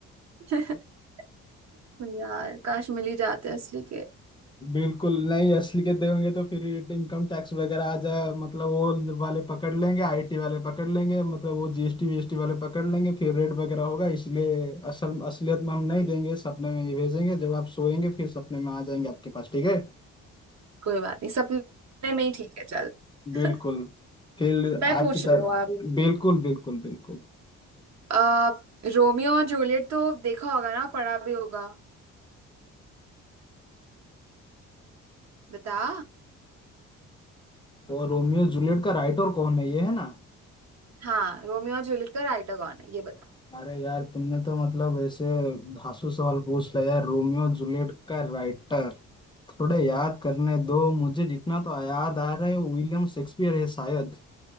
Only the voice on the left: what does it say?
बिल्कुल नहीं असलियत देंगे तो फिर इनकम टैक्स वगैरह आ जाए मतलब वो वाले पकड़ लेंगे आईटी वाले पकड़ लेंगे मतलब वो जीएसटी वीएसटी वाले पकड़ लेंगे फिर रेट वगैरह होगा इसलिए असल असलियत में हम नहीं देंगे सपने में ही भेजेंगे जब आप सोएंगे फिर सपने में आ जाएंगे आपके पास ठीक है
बिल्कुल
फिर
आपकी
तरह
बिल्कुल बिल्कुल बिल्कुल
वो रोमियो जूलियट का राइटर कौन है ये है ना
अरे यार तुमने तो मतलब ऐसे धांसू सवाल पूछ लिया यार रोमियो जूलियट का राइटर थोड़ा याद करने दो मुझे जितना तो याद आ रहा है वो विलियम शेक्सपियर है शायद